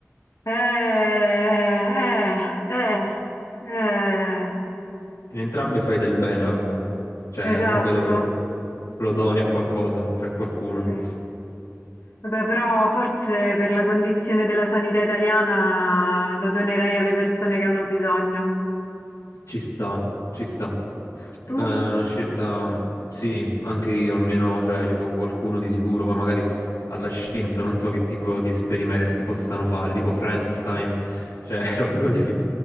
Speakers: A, on the left (about 60°); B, on the left (about 85°).
A: Eh, eh, eh, eh,
B: In entrambe fai del bene, vabbè. Cioè,
A: esatto,
B: comunque lo, lo doni a qualcosa, cioè a qualcuno.
A: sì. Vabbè, però forse per la condizione della sanità italiana lo donerei alle persone che hanno bisogno.
B: Ci sta, ci sta.
A: Tu?
B: È una scelta, sì, anche io almeno, cioè, aiuto qualcuno di sicuro, poi magari alla scienza non so che tipo di esperimenti possano fare, tipo Frankenstein, cioè <laughs> robe così.